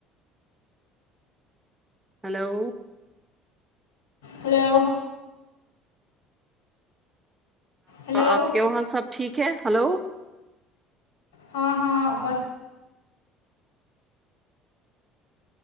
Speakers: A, on the right; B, on the left.
A: ہیلو
B: ہیلو ہیلو
A: آپ کے وہاں سب ٹھیک ہے ہیلو
B: ہاں ہاں بس